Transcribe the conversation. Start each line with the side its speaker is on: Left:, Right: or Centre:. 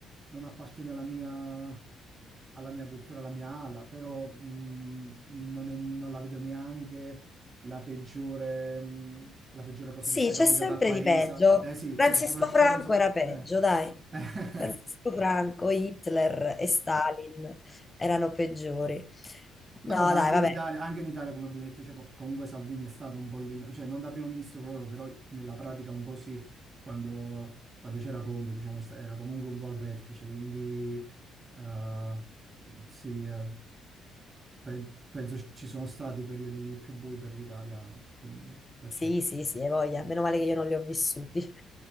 Right: non appartiene alla mia, alla mia cultura, alla mia ala, però mh, non è- non la vedo neanche la peggiore, mh, la peggiore cosa
Left: Sì,
Right: che sia
Left: c'è
Right: capitata
Left: sempre
Right: al paese.
Left: di peggio.
Right: Eh sì,
Left: Francisco
Right: cioè soprattutto
Left: Franco
Right: consi-
Left: era peggio,
Right: eh.
Left: dai.
Right: <laughs>
Left: Francisco Franco, Hitler e Stalin erano peggiori.
Right: No,
Left: No,
Right: no, ma
Left: dai,
Right: anche
Left: vabbè.
Right: in Italia, anche in Italia, come abbiamo detto, cioè, co- comunque Salvini è stato un pollino, cioè non da primo ministro proprio, però nella pratica un po' sì, quando, quando c'era Conte, diciamo, è sta- era comunque un po' al vertice, quindi Eh, sì, eh, pe- penso ci sono stati periodi più bui per l'Italia anche, quindi perciò.
Left: Sì, sì, sì, hai voglia.
Right: sì.
Left: Meno male che io non li ho vissuti.